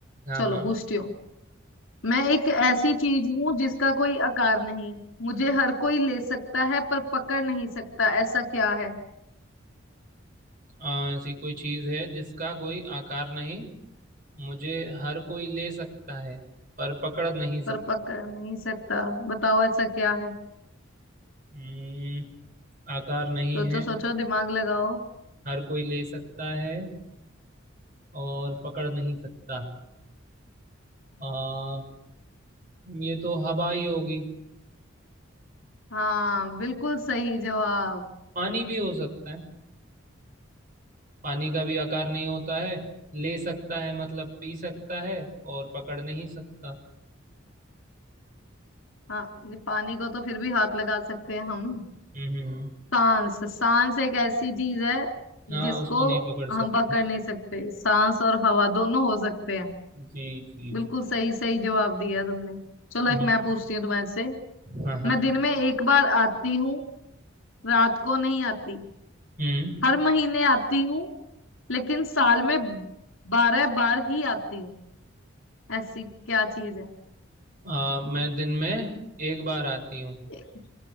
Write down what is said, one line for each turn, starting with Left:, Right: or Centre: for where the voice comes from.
Right: हाँ
Left: चलो
Right: हाँ
Left: पूछती हूँ मैं एक ऐसी चीज हूं जिसका कोई आकार नहीं मुझे हर कोई ले सकता है पर पकड़ नहीं सकता ऐसा क्या है
Right: आ, ऐसी कोई चीज है जिसका कोई आकार नहीं मुझे हर कोई ले सकता है पर पकड़ नहीं
Left: पर
Right: सकता
Left: पकड़ नहीं सकता बताओ ऐसा क्या है
Right: हम्म, आकार नहीं
Left: सोचो
Right: है
Left: सोचो दिमाग लगाओ
Right: हर कोई ले सकता है और पकड़ नहीं सकता आ, ये तो हवा ही होगी
Left: हाँ बिल्कुल सही जवाब
Right: पानी भी हो सकता है पानी का भी आकार नहीं होता है ले सकता है मतलब पी सकता है और पकड़ नहीं सकता
Left: हाँ नहीं, पानी को तो फिर भी हाथ लगा सकते हैं हम
Right: हम्म हम्म,
Left: सांस सांस एक ऐसी चीज है
Right: हाँ
Left: जिसको
Right: उसको नहीं पकड़
Left: हम
Right: सकते
Left: पकड़ नहीं सकते सांस और हवा दोनों हो सकते हैं
Right: जी जी
Left: बिल्कुल सही सही जवाब दिया तुमने चलो एक
Right: जी
Left: मैं पूछती हूँ तुम्हारे से
Right: हाँ हाँ
Left: मैं दिन में एक बार आती हूँ रात को नहीं आती
Right: हम्म
Left: हर महीने आती हूँ लेकिन साल में बारह बार ही आती हूँ ऐसी क्या चीज है
Right: आ, मैं दिन में एक बार आती हूँ
Left: ए-